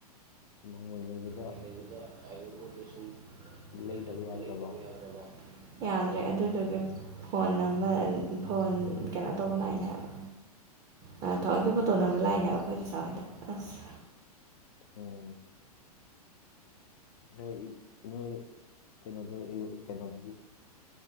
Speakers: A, on the left; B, on the right.
A: ꯅꯣꯡꯃꯩ ꯂꯩꯕ
B: ꯃꯩ ꯂꯩꯕꯗ ꯑꯥꯏꯔꯟ ꯒꯣꯗ꯭ꯔꯦꯖꯁꯨ
A: ꯂꯩꯗꯕ
B: ꯂꯩꯗ꯭ꯔ
A: ꯌꯥꯗ꯭ꯔꯕ
B: ꯂꯩꯗ꯭ꯔꯕ ꯌꯥꯗ꯭ꯔꯕ ꯌꯥꯗ꯭ꯔꯦ ꯑꯗꯨꯗꯨꯒꯤ ꯐꯣꯟ ꯑꯃ ꯐꯣꯟ ꯀꯩꯅꯣ ꯇꯧꯕ ꯂꯥꯛꯏꯅꯦꯕ ꯑ ꯊꯋꯣꯏꯟꯀꯤ ꯐꯣꯇꯣ ꯅꯝꯕ ꯂꯥꯛꯏꯅꯦꯕ ꯑꯈꯣꯏ ꯆꯥꯆꯥ ꯍꯣꯏꯗ ꯑꯁ
A: ꯑꯣ ꯅꯣꯏ ꯏ ꯅꯣꯏ ꯀꯩꯅꯣꯗꯣ ꯏ ꯀꯩꯅꯣꯗꯗꯤ